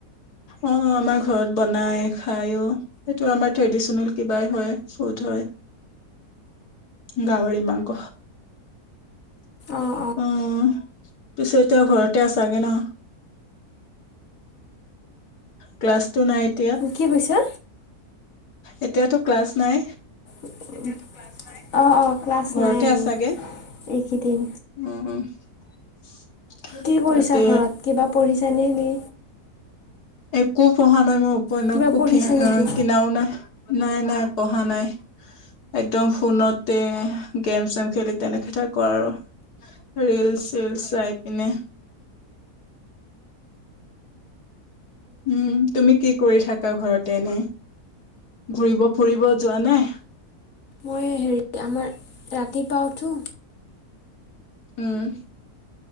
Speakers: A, on the left (about 80°); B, on the left (about 60°).
A: অ' অ' আমাৰ ঘৰত বনাই খাইও। সেইটো আমাৰ ট্ৰেডিচনেল কিবাই হয় ফুট হয়। গাহৰি মাংস
B: অঁ অঁ
A: আহ। পিছে এতিয়া ঘৰতে আছাগে ন। ক্লাছ টু নাই এতিয়া
B: কি কৈছা।
A: এতিয়াতো ক্লাছ নাই।
B: এতিয়াতো ক্লাছ নাই। অ' অ' ক্লাছ
A: ঘৰতে
B: নাই আৰু
A: আছাগে
B: এইকেইদিন।
A: উম <unintelligible>
B: কি কৰিছা
A: তাতে
B: ঘৰত কিবা পঢ়িছানে নে।
A: একো পঢ়া নাই মই উপন্যাস
B: কিবা
A: ও একো
B: পঢ়িছা নেকি?
A: কিনাও নাই। নাই নাই পঢ়া নাই। একদম ফোনতে গেম চেম খেলি তেনেকে থাকো আৰু। ৰিল চিলচ চাই পিনে। উম তুমি কি কৰি থাকা ঘৰতে এনেই ঘূৰিব ফুৰিব যোৱা নাই।
B: মই হেৰি আমাৰ ৰাতিপুৱা উঠো।
A: উম।